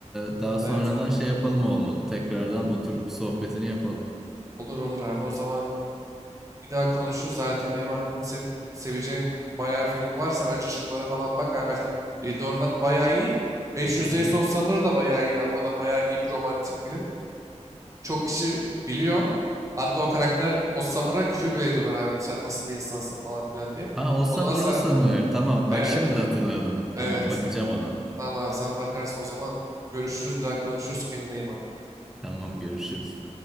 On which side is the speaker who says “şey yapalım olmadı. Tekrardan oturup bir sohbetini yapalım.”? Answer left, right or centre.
Centre